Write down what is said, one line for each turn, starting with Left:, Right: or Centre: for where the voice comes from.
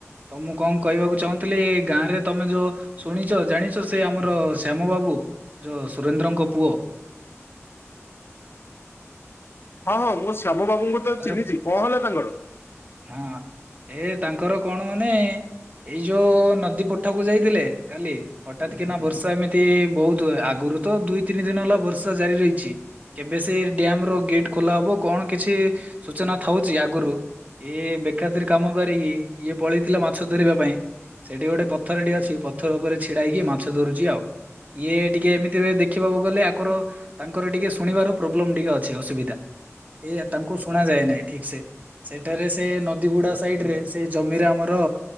Right: ତ ମୁଁ କଣ କହିବାକୁ ଚାହୁଁଥିଲି ଏ ଗାଁ ରେ ତମେ ଯୋଉ ଶୁଣିଛ ଜାଣିଛ ସେ ଆମର ଶ୍ୟାମ ବାବୁ ଯୋଉ ସୁରେନ୍ଦ୍ରଙ୍କ ପୁଅ।
Left: ହଁ ହଁ ମୁଁ ଶ୍ୟାମ ବାବୁଙ୍କୁ ତ
Right: ତାର
Left: ଚିହ୍ନିଛି କଣ ହେଲା ତାଙ୍କର?
Right: ହଁ ଏ ତାଙ୍କର କଣ ମାନେ ଏଇ ଯୋଉ ନଦୀ ପଠକୁ ଯାଇଥିଲେ କାଲି। ହଠାତ୍ କି ନା ବର୍ଷା ଏମିତି ବହୁତ ହୁଏ ଆଗରୁ ତ ଦୁଇ ତିନି ଦିନ ହେଲା ବର୍ଷା ଜାରି ରହିଛି। କେବେ ସେ ଡ୍ୟାମ ର ଗେଟ ଖୋଲା ହବ କଣ କିଛି ସୂଚନା ଥାଉଛି ଆଗରୁ। ଏଇ ବେଖାତିର କାମ କରିକି ଇଏ ପଳେଇଥିଲା ମାଛ ଧରିବା ପାଇଁ। ସେଠି ଗୋଟେ ପଥରଟି ଅଛି ପଥର ଉପରେ ଛିଡାଇକି ମାଛ ଧରୁଛି ଆଉ। ଇଏ ଟିକେ ଏମିତିରେ ଦେଖିବାକୁ ଗଲେ ଆଗର ତାଙ୍କର ଟିକେ ଶୁଣିବାର ପ୍ରୋବ୍ଲେମ ଟିକେ ଅଛି ଅସୁବିଧା ଏୟା। ତାଙ୍କୁ ଶୁଣ ଯାଏ ନାହିଁ ଠିକ ସେ ସେଠାରେ ସେ ନଦୀଗୁଡା ସାଇଡ ରେ ସେ ଜମିରେ ଆମର